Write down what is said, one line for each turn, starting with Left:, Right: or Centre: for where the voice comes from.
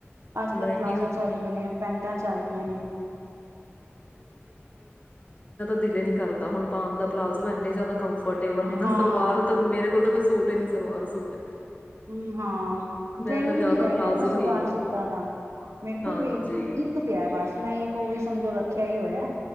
Right: ਅੱਜ
Left: ਨਹੀਂ
Right: ਕੱਲ ਪਲਾਜ਼ੋ ਚੱਲ ਗਏ ਨੇ ਪੈਂਟਾਂ ਚੱਲ ਗਈਆਂ ਨੇ।
Left: ਦਿਲੇ ਨੀ ਕਰਦਾ ਹੁਣ ਪਾਣ ਦਾ ਪਲਾਜੋ ਇੰਨੇ ਜ਼ਿਆਦਾ ਕੰਫਰਟੇਬਲ ਨੇ ਨਾ
Right: ਹਾਂ
Left: ਸਲਵਾਰ ਤਾਂ ਮੇਰੇ ਕੋਲ ਤਾਂ ਕੋਈ ਸੂਟ ਤੇ ਸਲਵਾਰ ਸੂਟ
Right: ਹੂੰ ਹੂੰ
Left: ਮੈਂ
Right: ਟਰੈਂਡ
Left: ਤਾਂ
Right: ਵੀ
Left: ਜ਼ਿਆਦਾ
Right: ਨੀ ਰਹਿ
Left: ਪਲਾਜ਼ੋ
Right: ਗਿਆ ਨਾ ਸਲਵਾਰ
Left: ਹੀ
Right: ਸੂਟਾਂ ਦਾ ਮੇਰੇ ਕੋਲ
Left: ਹਾਂਜੀ
Right: ਵੀ ਇੱਕ -ਇੱਕ ਪਿਆ ਬਸ ਮੈਂ ਇੱਕ ਉਹ ਵੀ ਸਮਝੋ ਰੱਖਿਆ ਹੀ ਹੋਇਆ